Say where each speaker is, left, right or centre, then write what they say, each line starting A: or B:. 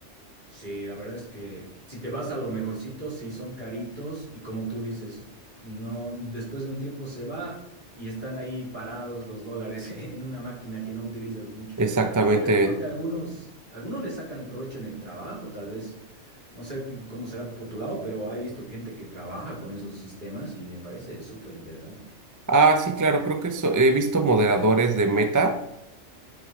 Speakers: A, on the right; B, on the right.
A: Sí, la verdad es que si te vas a lo mejorcito, sí son caritos y como tú dices, no, después de un tiempo se va y están ahí parados los dólares <laughs> en una máquina que no utilizas mucho.
B: Exactamente.
A: Pero he visto que algunos, algunos le sacan el provecho en el trabajo, tal vez. No sé cómo será por tu lado, pero he visto gente que trabaja con esos sistemas y me parece súper interesante.
B: Ah, sí, claro, creo que so- he visto moderadores de Meta